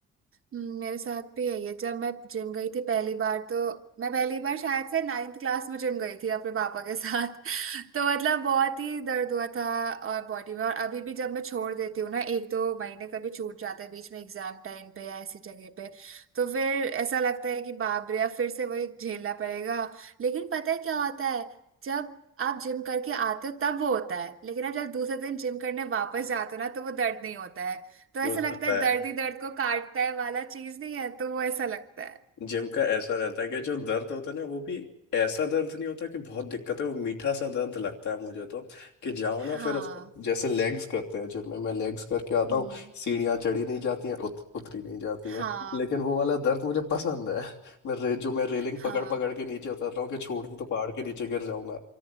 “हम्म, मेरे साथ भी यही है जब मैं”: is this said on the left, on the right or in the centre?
Right